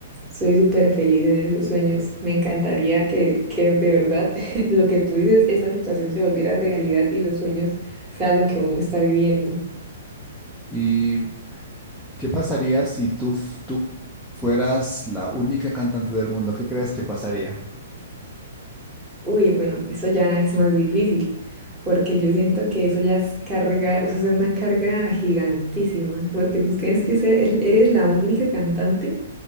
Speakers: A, on the right; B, in the centre.
A: soy súper feliz en esos sueños. Me encantaría que, que de verdad <laughs> lo que tú dices, esa situación se volviera realidad y los sueños sean lo que uno está viviendo.
B: ¿Y qué pasaría si tú, f- tú fueras la única cantante del mundo? ¿Qué crees que pasaría?
A: Uy, bueno, eso ya es más difícil, porque yo siento que eso ya es carga, o sea, es una carga gigantísima, porque tú tienes que ser, el- eres la única cantante,